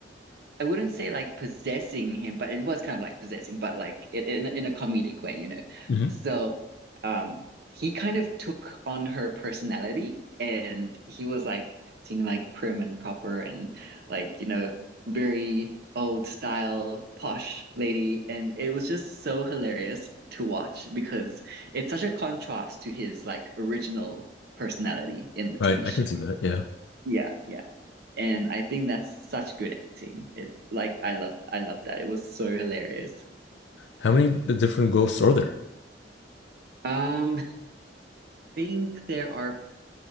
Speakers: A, on the right; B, on the left.
A: I wouldn't say like possessing him, but it was kind of like possessing, but like i- in in a comedic way, you know.
B: hmm
A: So, um, he kind of took on her personality, and he was like acting like prim and proper, and like you know, very old style posh lady, and it was just so hilarious to watch because it's such a contrast to his like original personality in the TV
B: Right.
A: show.
B: I can see that. Yeah.
A: Yeah, yeah. And I think that's such good acting. It like I loved I loved that. It was so hilarious.
B: How many uh, different ghosts are there?
A: Um, I think there are,